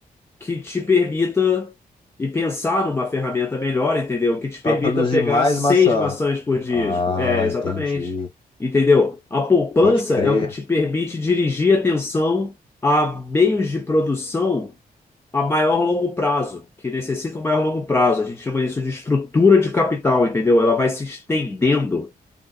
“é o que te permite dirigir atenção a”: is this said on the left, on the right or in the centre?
Left